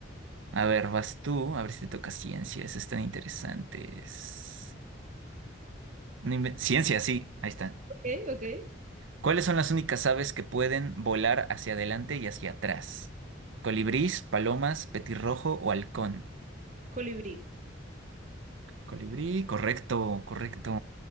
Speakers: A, on the right (about 75°); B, on the right (about 40°).
A: A ver, vas tú, a ver si te toca ciencias, están interesantes. No inven- Ciencia, sí, ahí está.
B: Ok, ok.
A: ¿Cuáles son las únicas aves que pueden volar hacia adelante y hacia atrás? ¿Colibrís, palomas, petirrojo o halcón?
B: Colibrí.
A: Colibrí, correcto, correcto.